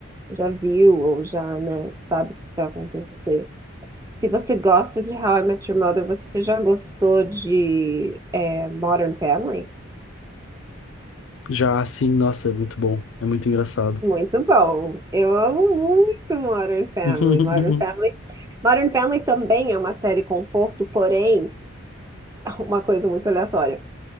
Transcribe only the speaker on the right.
já viu ou já, né, sabe o que vai acontecer. Se você gosta de How I Met Your Mother, você já gostou de é, Modern Family?
Muito bom. Eu amo muito Modern Family.
Modern Family. Modern Family também é uma série conforto, porém, <laughs> uma coisa muito aleatória.